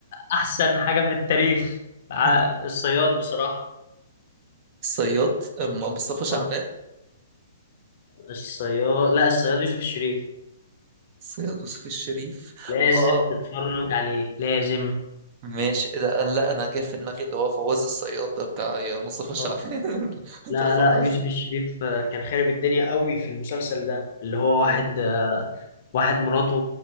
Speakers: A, on the left (about 50°); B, on the right (about 30°).
A: احسن حاجة في التاريخ ع-
B: م.
A: الصياد بصراحة
B: الصياد أم- مصطفى شعبان
A: آه، الصياد لا الصياد يوسف الشريف
B: الصياد يوسف الشريف
A: لازم
B: اه
A: تتفرج عليه لازم
B: ماشي ده انا لا انا جاي في دماغي اللي هو فواز الصياد ده بتاع يا مصطفى شعبان
A: آه.
B: <laughs> انت
A: لا
B: بتتفرج
A: لا يوسف
B: على
A: الشريف آه، كان خارب الدنيا قوي في المسلسل ده اللي هو واحد
B: ايوه
A: واحد مراته